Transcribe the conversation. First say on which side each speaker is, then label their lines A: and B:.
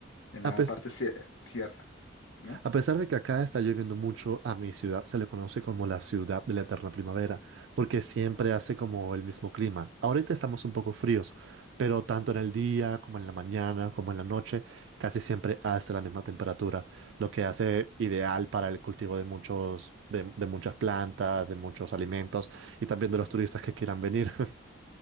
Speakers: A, on the left (about 90°); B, on the right (about 70°).
A: en
B: A,
A: la
B: pes-
A: parte sie- sierra, ¿no?
B: a pesar
A: <laughs>
B: de que acá está lloviendo mucho, a mi ciudad se le conoce como la ciudad de la eterna primavera, porque siempre hace como el mismo clima. Ahorita estamos un poco fríos, pero tanto en el día como en la mañana, como en la noche, casi siempre hace la misma temperatura, lo que hace ideal para el cultivo de muchos, de, de muchas plantas, de muchos alimentos y también de los turistas que quieran venir. <laughs>